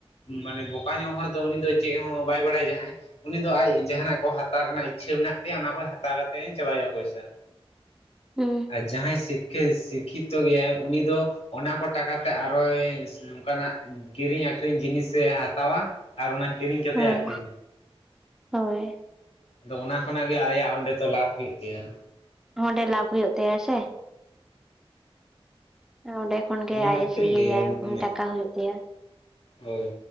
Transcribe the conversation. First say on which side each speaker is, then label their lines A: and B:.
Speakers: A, on the left; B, in the centre.
A: ᱢᱟᱱᱮ ᱵᱚᱠᱟ ᱧᱚᱜ ᱦᱚᱲ ᱫᱚ ᱩᱱᱤ ᱫᱚ ᱦᱚᱸ ᱵᱟᱭ ᱵᱟᱲᱟᱭᱼᱟ᱾ ᱡᱟᱦᱟᱸᱭ ᱩᱱᱤ ᱫᱚ ᱟᱡ ᱡᱟᱦᱟᱱᱟᱜ ᱠᱚ ᱦᱟᱛᱟᱣ ᱤᱪᱷᱟᱹᱣ ᱢᱮᱱᱟᱜ ᱛᱟᱭᱟ, ᱚᱱᱟ ᱠᱚ ᱦᱟᱛᱟᱣ ᱠᱟᱛᱮᱧ ᱪᱟᱵᱟᱭᱼᱟ, ᱚᱱᱟ ᱯᱚᱭᱥᱟᱹ᱾
B: ᱦᱩᱸ᱾
A: ᱟᱨ ᱡᱟᱦᱟᱸᱭ ᱥᱤᱠ ᱥᱤᱠᱠᱷᱤᱛᱚ ᱜᱮᱭᱟᱭ ᱩᱱᱤ ᱫᱚ ᱚᱱᱟ ᱠᱚ ᱴᱟᱠᱟ ᱛᱮ ᱟᱨᱦᱚᱭ ᱱᱚᱝᱠᱟᱱᱟᱜ ᱠᱤᱨᱤᱧ ᱟᱹᱠᱷᱨᱤᱧ ᱡᱤᱱᱤ ᱥᱮ ᱦᱟᱛᱟᱣᱟ ᱟᱨ ᱚᱱᱟ ᱠᱤᱨᱤᱧ ᱠᱟᱛᱮ
B: ᱦᱮᱸ
A: ᱟᱹᱠᱷᱨᱤᱧᱟ᱾
B: ᱦᱳᱭ᱾
A: ᱟᱫᱚ ᱚᱱᱟ ᱠᱷᱚᱱᱟᱜ ᱜᱮ ᱟᱭᱟᱜ ᱚᱸᱰᱮ ᱛᱚ ᱞᱟᱵᱷ ᱦᱩᱭᱩᱜ ᱛᱟᱭᱟ᱾
B: ᱚᱸᱰᱮ ᱞᱟᱵᱷ ᱦᱩᱭᱩᱜ ᱛᱟᱭᱟ ᱥᱮ? ᱚᱸᱰᱮ ᱠᱷᱚᱱ ᱜᱮ
A: ᱚᱱᱟ
B: ᱟᱭ
A: ᱠᱷᱟᱹᱛᱤᱨᱤᱧ
B: ᱮᱥ ᱤᱭᱟᱹᱭ
A: ᱞᱟᱹᱭᱟ ᱢᱟᱱᱮ
B: ᱴᱟᱠᱟ ᱦᱩᱭᱩᱜ ᱛᱟᱭᱟ᱾
A: ᱦᱳᱭ